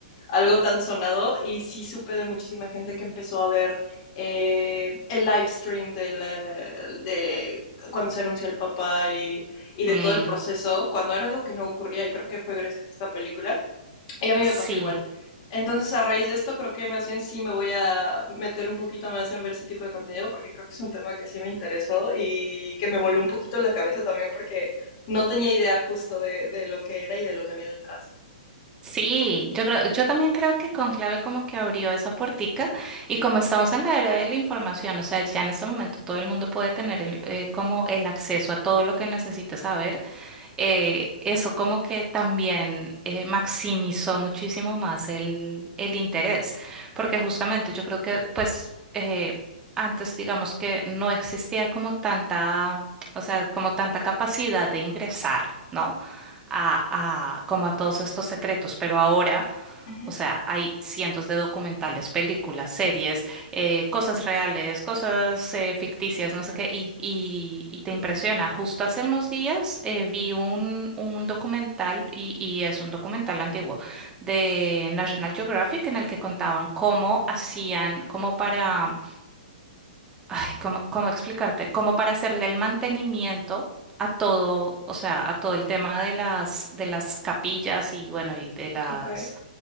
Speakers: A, on the left; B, on the right.
A: algo tan sonado. Y sí supe de muchísima gente que empezó a ver eh, el live stream del, eh, de cuando se anunció el papá y, y de
B: mm,
A: todo el proceso, cuando era algo que no ocurría y creo que fue gracias a esta película. Y a mí
B: sí.
A: me pasó igual. Entonces, a raíz de esto, creo que más bien sí me voy a meter un poquito más en ver este tipo de contenido, porque creo que es un tema que sí me interesó y que me voló un poquito la cabeza también, porque no tenía idea justo de, de lo que era y de lo que había detrás.
B: Sí, yo creo, yo también creo que Conclave como que abrió esa puertica y como estamos en la era de la información, o sea, ya en este momento todo el mundo puede tener el- eh, como el acceso a todo lo que necesita saber, eh, eso como que también eh, maximizó muchísimo más el, el interés, porque justamente yo creo que pues eh, antes digamos que no existía como tanta, o sea, como tanta capacidad de ingresar, ¿no? a, a- como a todos estos secretos, pero ahora,
A: Ujú,
B: o sea, hay cientos de documentales, películas, series, eh, cosas reales, cosas eh, ficticias, no sé qué, y, y- y te impresiona. Justo hace unos días eh, vi un, un documental, y, y es un documental antiguo, de National Geographic, en el que contaban cómo hacían, como para Ay, ¿cómo, cómo explicarte? Como para hacerle el mantenimiento a todo, o sea, a todo el tema de las, de las capillas y bueno, y de las,
A: Ok,